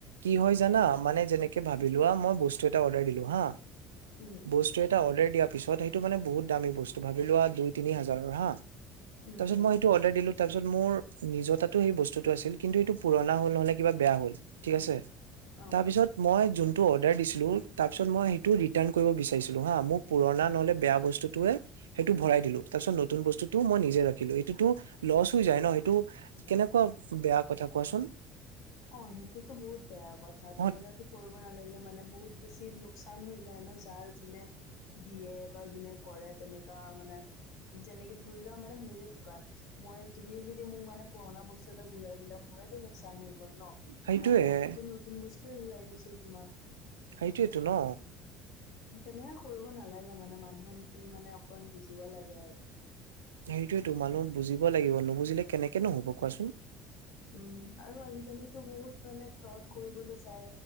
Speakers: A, on the right (about 75°); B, on the left (about 60°).
A: কি হয় জানা মানে যেনেকে ভাবি লোৱা মই বস্তু এটা অৰ্ডাৰ দিলো হাঁ
B: উম
A: বস্তু এটা অৰ্ডাৰ দিয়াৰ পিছত পিছত সেইটো মানে বহুত দামী বস্তু ভাবিলোৱা দুই তিনি হাজাৰৰ হাঁ
B: উম
A: তাৰপিছত
B: উম
A: মই এইটো অৰ্ডাৰ দিলো তাৰপিছত মোৰ নিজৰতাটো সেই বস্তুটো আছিল কিন্তু এইটো পুৰনা পুৰণা হ'ল নহ'লে কিবা বেয়া হ'ল ঠিক আছে
B: অ
A: তাৰ পিছত মই যোন টো অৰ্ডাৰ দিছিলো তাৰপাছত মই সেইটো ৰিটাৰ্ণ কৰিব বিচাৰিছিলো হাঁ। মোৰ পুৰনা নহ'লে বেয়া বস্তুটোৱে সেইটো ভৰাই দিলো তাৰপিছত নতুন বস্তুটো মই নিজে ৰাখি লৈ সেইটোটো লছ হৈ যায় ন, সেইটো কেনেকুৱা বেয়া কথা কোৱাচোন?
B: অঁ সেইটোতো বহুত বেয়া কথা তেনেকাটো
A: অ
B: কৰিব ব নালেগে মানে বহুত বেছি লোকচান হৈ যায় ন, যাৰ যোনে দিয়ে বা যোনে কৰে তেনেকা মানে, যেনেকে ধৰি লোৱা মানে মোৰে দোকান মই, তুমি যদি মোক মানে পুৰণা বস্তু এটা ঘূৰাই দিলা মইটো লোকচান হল। গ'ল ন, '
A: সেইটোয়ে
B: কাৰণ মইটোতো নতুন বস ছে ঘূৰাই দিছো তোমাক।
A: সেইটোৱেটো ন'।
B: তেনেকে কৰিব নালাগে মানে, মানুহে সেইখিনি মানে অকণ বুজিব লাগে আৰু।
A: সেইটোৱেটো মানুহ বুজিব লাগিব নুবুজিলে কেনেকে নো হ'ব কোৱাচোন?
B: উম, আৰু আজিকালিটো বহুত মানে ফ্ৰড কৰিবলৈ চাই,